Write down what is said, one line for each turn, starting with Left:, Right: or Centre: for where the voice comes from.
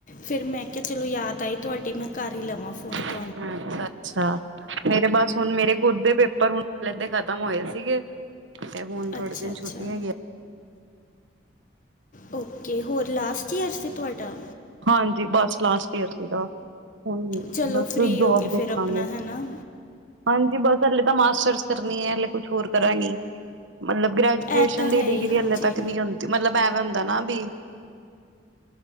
Left: ਫਿਰ ਮੈਂ ਕਿਹਾ ਚਲੋ ਯਾਦ ਆਈ ਤੁਹਾਡੀ ਮੈਂ ਕਰ ਹੀ ਲਵਾਂ ਫੋਨ ਤ
Right: ਅੱਛਾ ਅੱਛਾ ਮੇਰੇ ਬਸ ਹੁਣ ਮੇਰੇ ਖੁਦ ਦੇ ਪੇਪਰ ਹੁਣ ਕੋਲੇਜ ਦੇ ਖਤਮ ਹੋਏ ਸੀਗੇ। ਤੇ ਹੁਣ ਥੋੜੇ
Left: ਅੱਛਾ
Right: ਦਿਨ
Left: ਅੱਛਾ
Right: ਛੁੱਟੀ ਹੈਗੀਆ
Left: ਓਕੇ। ਹੋਰ ਲਾਸਟ ਈਅਰ ਸੀ ਤੁਹਾਡਾ?
Right: ਹਾਂਜੀ ਬਸ ਲਾਸਟ ਈਅਰ ਸੀਗਾ। ਹਮ
Left: ਚਲੋ
Right: ਬਸ
Left: ਫ੍ਰੀ
Right: ਜੋਬ
Left: ਹੋ ਗਏ
Right: ਦੇਖਾਂਗੇ
Left: ਫਿਰ ਆਪਣਾ ਹੈ ਨਾ
Right: ਹਾਂਜੀ ਬਸ ਹਲੇ ਤਾਂ ਮਾਸਟਰਸ ਕਰਨੀ ਐ। ਕੁਛ ਹੋਰ ਕਰਾਂਗੀ। ਮਤਲਬ ਗ੍ਰੈਜੂਏਸ਼ਨ
Left: ਇਹ ਤਾਂ ਹੈ
Right: ਦੀ
Left: ਹੀ
Right: ਡਿਗਰੀ
Left: ਹਾਂਜੀ
Right: ਹਲੇੇ ਤੱਕ ਨਹੀਂ ਹੁੰਦੀ ਮਤਲਬ ਐਵੇਂ ਹੁੰਦਾ ਨਾ ਬੀ